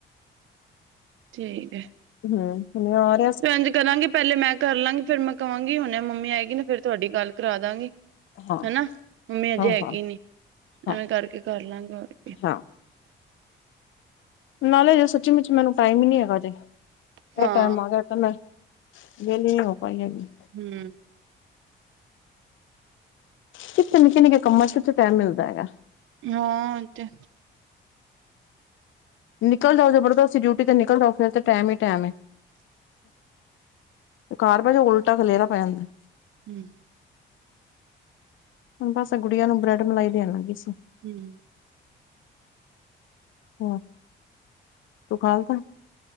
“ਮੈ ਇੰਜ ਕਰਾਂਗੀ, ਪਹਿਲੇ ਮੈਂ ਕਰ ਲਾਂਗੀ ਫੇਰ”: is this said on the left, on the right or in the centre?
Right